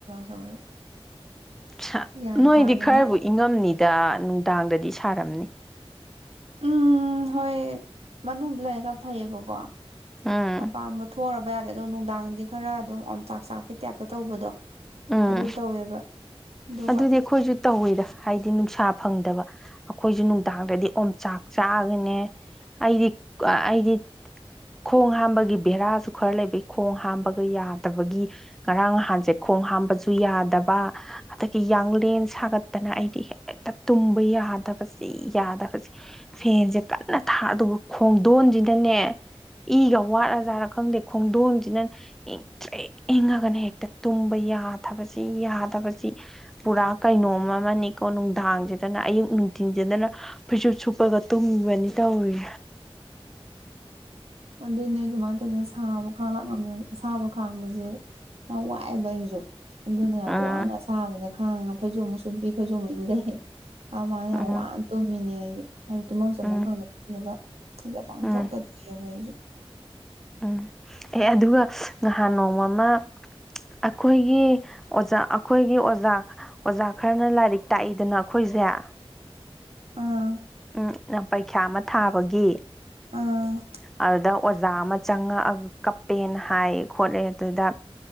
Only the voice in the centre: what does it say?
ꯁ
ꯅꯣꯏꯗꯤ
ꯈꯔꯕꯨ
ꯏꯪꯉꯝꯅꯤꯗ ꯅꯨꯡ ꯗꯥꯡꯗꯗꯤ ꯁꯥꯔꯝꯅꯤ
ꯎꯝ
ꯎꯝ
ꯑꯗꯨꯗꯤ ꯑꯩꯈꯣꯏꯖꯨ ꯇꯧꯋꯤꯗ ꯍꯥꯏꯗꯤ ꯅꯨꯡꯁꯥ ꯐꯪꯗꯕ ꯑꯩꯈꯣꯏꯖꯨ ꯅꯨꯡꯗꯥꯡꯗꯗꯤ ꯑꯣꯝꯆꯥꯛ ꯆꯥꯛꯑꯒꯅꯦ ꯑꯩꯗꯤ ꯑꯩꯗꯤ ꯈꯣꯡ ꯍꯥꯝꯕꯒꯤ ꯕꯦꯔꯥꯖꯨ ꯈꯔ ꯂꯩꯕꯒꯤ ꯈꯣꯡ ꯍꯥꯝꯕꯒ ꯌꯥꯗꯕꯒꯤ ꯉꯔꯥꯡ ꯉꯍꯥꯟꯖꯦ ꯈꯣꯡ ꯍꯥꯝꯕꯖꯨ ꯌꯥꯗꯕ ꯑꯗꯒꯤ ꯌꯥꯡꯂꯦꯟ ꯁꯥꯒꯠꯇꯅ ꯑꯩꯗꯤ ꯍꯦꯛꯇ ꯇꯨꯝꯕ ꯌꯥꯗꯕꯖꯤ ꯌꯥꯗꯕꯖꯤ ꯐꯦꯟꯖꯦ ꯀꯟꯅ ꯊꯥ ꯑꯗꯨꯕꯨ ꯈꯣꯡꯗꯣꯟꯖꯤꯅꯅꯦ ꯏꯒ ꯋꯥꯠꯂꯖꯥꯔ ꯈꯪꯗꯦ ꯈꯣꯡꯗꯣꯟꯖꯤꯅ ꯏꯪꯇ꯭ꯔꯤꯛ ꯏꯪꯉꯒꯅꯦ ꯍꯦꯛꯇ ꯇꯨꯝꯕ ꯌꯥꯗꯕꯖꯤ ꯌꯥꯗꯕꯖꯤ ꯄꯨꯔꯥ ꯀꯩꯅꯣꯝꯃ ꯑꯃꯅꯤꯅꯤꯀꯣ ꯅꯨꯡꯗꯥꯡꯖꯤꯗꯅ ꯑꯌꯨꯛ ꯅꯨꯡꯊꯤꯟꯖꯤꯗꯅ ꯐꯩꯖꯨꯞ ꯁꯨꯞꯄꯒ ꯇꯨꯝꯃꯤꯕꯅꯤ ꯇꯧꯔꯤ
ꯎꯝ
ꯎꯝ
ꯎꯝ
ꯎꯝ
ꯎꯝ ꯑꯦ ꯑꯗꯨꯒ ꯅꯍꯥꯟ ꯅꯣꯡꯃꯃ ꯑꯩꯈꯣꯏꯒꯤ ꯑꯣꯖꯥ ꯑꯩꯈꯣꯏꯒꯤ ꯑꯣꯖꯥ ꯑꯣꯖꯥ ꯈꯔꯅ ꯂꯥꯏꯔꯤꯛ ꯇꯥꯛꯏꯗꯅ ꯑꯩꯈꯣꯏꯖꯦ
ꯎꯝ ꯄꯩꯈ꯭ꯌꯥ ꯑꯃ ꯊꯥꯕꯒꯤ
ꯑꯗꯨꯗ ꯑꯣꯖꯥ ꯑꯃ ꯆꯪꯉꯛꯑꯒ ꯀꯞꯄꯦꯅ ꯍꯥꯏ ꯈꯣꯠꯂꯦ ꯑꯗꯨꯗ